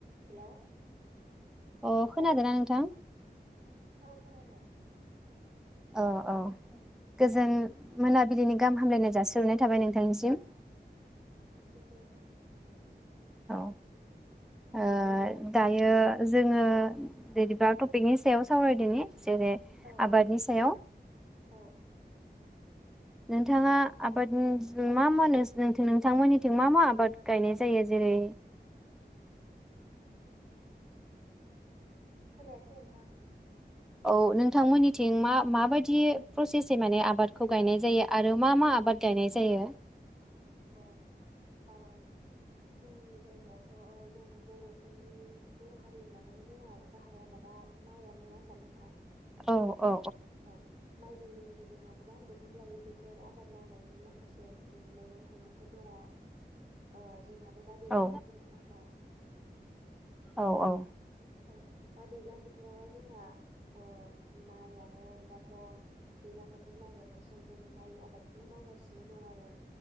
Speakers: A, on the right; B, in the centre.
A: Hello
B: अ खोनादोंना
A: औ
B: नोंथां?
A: औ खोनादों।
B: अ। औ गोजोन मोनाबिलिनि गाहाम हामलायनाय जासि <unintelligible> थाबाय नोंथांनिसिम।
A: सिमबो
B: औ ओ दायो जोङो बिदिबा टपिकनि सायाव सावरायदोनि। जेरै
A: औ
B: आबादनि सायाव
A: औ
B: नोंथाङा आबादनि मा मा <unintelligible> नोंथांमोननि मा मा आबाद गायनाय जायो जेरै
A: खोनायासै नोंथां।
B: औ नोंथांमोननिथिं मा माबायदि प्रसेसै माने आबादखौ गायनाय जायो आरो मा मा आबाद गायनाय जायो।
A: अ अ जोंनि जायगायावथ' अ जों बर'फोरनि बर' हारिनि मादावथ' जोंना गाहाय आबादा माइआानो नङा होमबा नोंथां।
B: औ औ
A: औ माइजों लोगोसे जोंहा गोबां बोथोर लायो बोध बोथोर आबाद मावनायनि माखासे मैगं थाइगं फोर दङ ओ जोंहा दा दैलां
B: औ
A: बोथोर नङा होमबा
B: औ औ
A: औ दा दैज्लां बोथोरावहाय जोंना ओ माइयनो दाथ' दैज्लां बोथोर माइ गायनाय सम जों माइ आबादखौनो मावगासिनो दं आरो